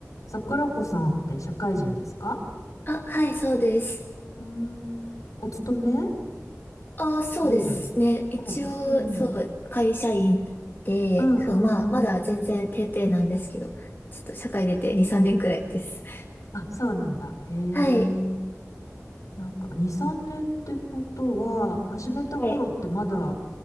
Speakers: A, on the left; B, on the left.
A: 桜子さんって社会人ですか
B: あ、はい、そうです。
A: うーん、お勤め
B: あ、そうですね。
A: フリーランス。
B: 一応、
A: お、うん。
B: そう、会社員で、
A: うんうんうん。
B: そう、まあ、まだ全然ペーペーなんですけど、ちょっと社会出て2、
A: えー
B: 3年くらいです。
A: あ、そうなんだ。へえ。
B: <laughs> はい。
A: なんか、2、3年ってことは、始めた頃ってまだ、
B: はい。